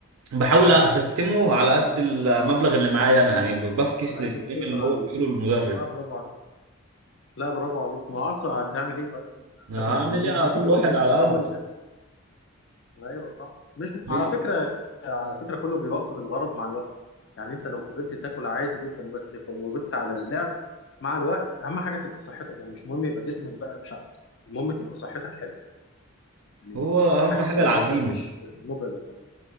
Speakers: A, on the right (about 90°); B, on the left (about 55°).
A: بحاول اسستمه
B: م-
A: على قد
B: م.
A: المبلغ اللي معايا انا يعني ب- بفكس
B: على
A: للكلام
B: قد ما تقدر
A: اللي هو
B: عليه
A: بيقوله المدرب
B: اه برافو عليك لا برافو عليك ما هو اصلا هتعمل ايه طيب هتاكل
A: هعمل
B: ب 800
A: ايه على
B: جنيه في
A: كل
B: اليوم
A: واحد على
B: مش معقوله
A: قد
B: يعني ايوه صح مش
A: هي-
B: على فكره على فكره كله بيوفي بالغرض مع الوقت يعني انت لو فضلت تاكل عادي جدا وبس ف- وظبطت على اللعب مع الوقت اهم حاجه تبقى صحتك يعني مش مهم يبقى جسمك بقى مش ع- المهم تبقى صحتك حلوه يعني
A: هو اهم
B: حاسس
A: حاجه
B: ان
A: العزيمه
B: انت مش مجرد يعني